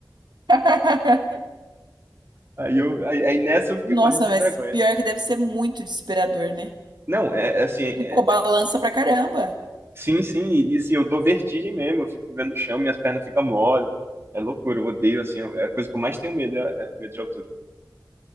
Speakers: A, on the right; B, on the right.
A: <laughs>
B: Aí, eu, aí, aí nessa eu fiquei
A: Nossa,
B: morrendo de
A: mas
B: vergonha.
A: pior que deve ser muito desesperador, né?
B: Não, é é assim, é,
A: E, pô, balança pra caramba.
B: Sim, sim, e e, assim, eu dou vertigem mesmo, eu fico vendo o chão, minhas pernas ficam mole, é loucura, eu odeio, assim, eu- é a coisa que eu mais tenho medo, é, é medo de altura.